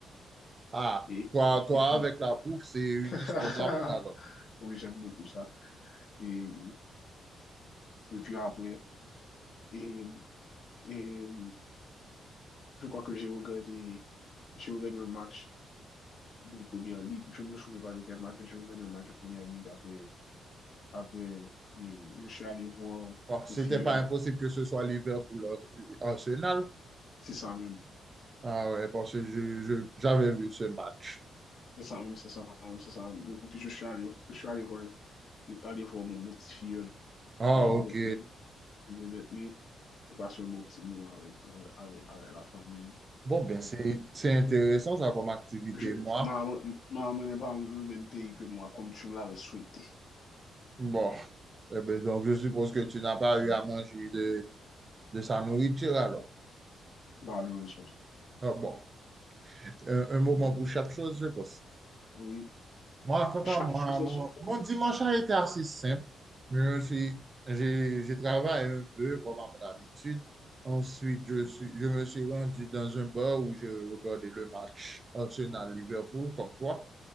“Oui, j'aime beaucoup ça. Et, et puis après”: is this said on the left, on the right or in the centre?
Left